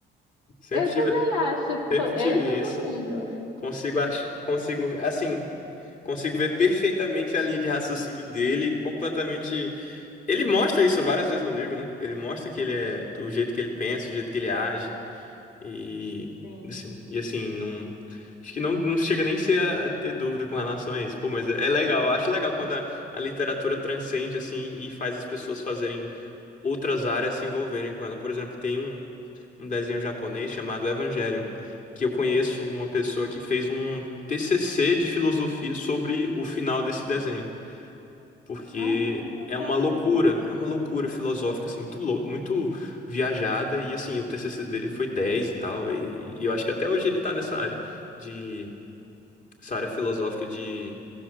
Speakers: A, on the left (about 40°); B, on the left (about 90°).
A: Sempre
B: Eu
A: tive,
B: também acho,
A: sempre
B: to- eu
A: tive
B: e todo
A: isso.
B: mundo, eu acho.
A: Consigo, ach... consigo, assim, consigo ver perfeitamente a linha de raciocínio dele, completamente Ele mostra isso várias vezes no livro, né? Ele mostra que ele é do jeito que ele pensa, do jeito que ele age e
B: Sim.
A: assim, e assim, não acho que não, não chega nem ser a, a ter dúvida com relação a isso. Pô, mas é, é legal, eu acho legal quando a, a literatura transcende assim e faz as pessoas fazerem outras áreas se envolverem com ela. Por exemplo, tem um, um desenho japonês chamado Evangelion, que eu conheço uma pessoa que fez um TCC de filosofia sobre o final desse desenho porque
B: Ah,
A: é
B: legal.
A: uma loucura, é uma loucura filosófica assim muito lou- muito viajada e assim, o TCC dele foi 10 e tal e, e eu acho que até hoje ele tá nessa área de essa área filosófica de